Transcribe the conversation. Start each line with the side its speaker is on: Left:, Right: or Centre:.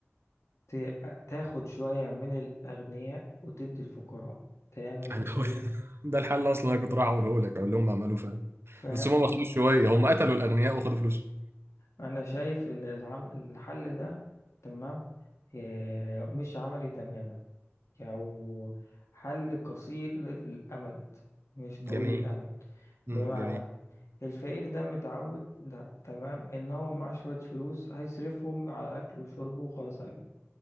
Left: ت- تاخد شوية من الاغنياء وتدي الفقراء تعمل
Right: هنحاول-
Left: اللي
Right: <laughs>
Left: هي
Right: ده الحل اصلا انا كنت رايح اقوله لك اقول لهم اعملوا فاهم
Left: فاهم
Right: بس هم ما خدوش شويه هم قتلوا الاغنياء وخدوا فلوسهم
Left: انا شايف ان العم... الحل ده تمام إيه، مش عملي تماما أو حل قصير الأمد مش طويل
Right: جميل
Left: الأمد
Right: امم
Left: بمعنى
Right: جميل
Left: الفقير ده متعود ده تمام إن هو معاه شوية فلوس هيصرفهم على أكله وشربه وخلاص على كده